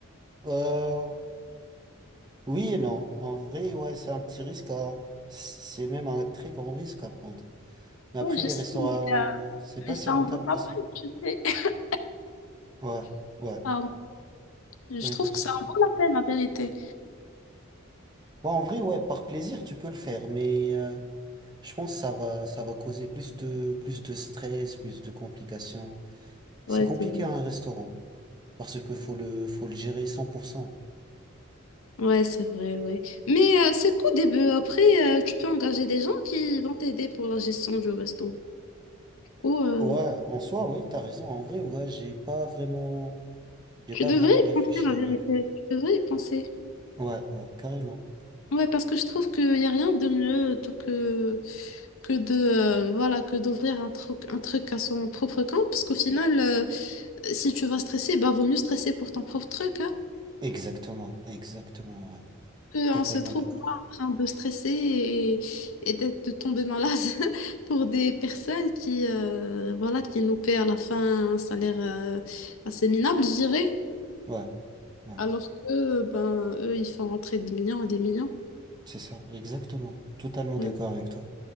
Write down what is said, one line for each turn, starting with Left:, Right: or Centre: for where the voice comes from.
Right: Euh, oui et non. En vrai, ouais, c'est un petit risque à... C'est même un très grand risque à prendre. Mais après,
Left: Oui, je
Right: les
Left: sais,
Right: restaurants,
Left: mais, euh,
Right: c'est pas
Left: mais ça
Right: si rentable
Left: en vaut la
Right: que ça.
Left: peine, tu sais. <laughs>
Right: Ouais, ouais,
Left: Pardon. Je
Right: ouais,
Left: trouve
Right: pas de
Left: que
Right: souci,
Left: ça en
Right: t'inquiète.
Left: vaut la peine, la vérité.
Right: Ouais, en vrai, ouais, par plaisir, tu peux le faire, mais euh, je pense que ça va, ça va causer plus de, plus de stress, plus de complications. C'est
Left: Ouais,
Right: compliqué
Left: c'est vrai.
Right: à un restaurant, parce que faut le, faut le gérer cent pour cent
Left: Ouais, c'est vrai, oui. Mais euh, c'est qu'au début. Après, euh, tu peux engager des gens qui vont t'aider pour la gestion du resto. Ou euh,
Right: Ouais, en soi, oui, t'as raison. En vrai, ouais, j'ai pas vraiment... J'ai
Left: tu
Right: pas
Left: devrais
Right: vraiment
Left: y
Right: réfléchi,
Left: penser, la vérité.
Right: ouais.
Left: Tu devrais y penser.
Right: Ouais, ouais, carrément.
Left: Ouais, parce que je trouve qu'il n'y a rien de mieux tout que, que de euh, voilà que d'ouvrir un truc, un truc à son propre compte. Parce qu'au final, euh, si tu vas stresser, bah vaut mieux stresser pour ton propre truc, hein.
Right: Exactement, exactement, ouais.
Left: Euh,
Right: Totalement
Left: On se trouve
Right: d'accord.
Left: là en train de stresser et, et d'être de tomber malade <laughs> pour des personnes qui, euh, voilà, qui nous paient à la fin un salaire euh, assez minable, je dirais,
Right: Ouais, ouais,
Left: alors que euh, ben, eux, ils font rentrer des millions et des millions.
Right: c'est ça, exactement. Totalement
Left: Ouais.
Right: d'accord avec toi.